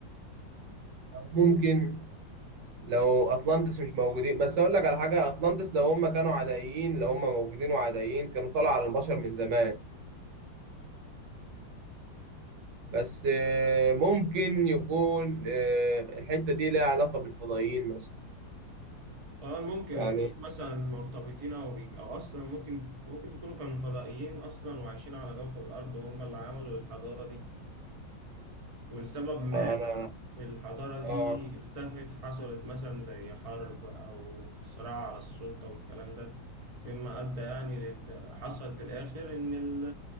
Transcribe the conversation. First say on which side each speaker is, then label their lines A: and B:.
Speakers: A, on the right (about 70°); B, on the right (about 25°).
A: أو ممكن لو اطلانتس مش موجودين بس اقول لك على حاجة اطلانتس لو هم كانوا عدائيين لو هم موجودين وعدائيين كانوا طلعوا على البشر من زمان بس آه، ممكن يكون آه، الحتة دي لها علاقة بالفضائيين مثلا
B: اه ممكن
A: يعني
B: يكونوا مثلا مرتبطين او بي... او اصلا ممكن ممكن يكونوا كانوا فضائيين اصلا وعايشين على كوكب الارض وهم اللي عملوا الحضاره دي ولسبب ما
A: آه، انا
B: الحضارة
A: اه
B: دي اختفت حصلت مثلا زي حرب أو صراع على السلطة والكلام ده مما أدى يعني لل... حصل في الآخر إن ال...